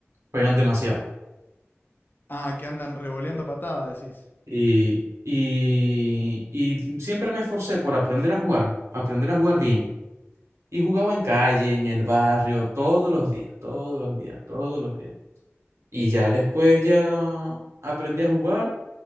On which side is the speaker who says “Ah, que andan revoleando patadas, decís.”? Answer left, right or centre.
Left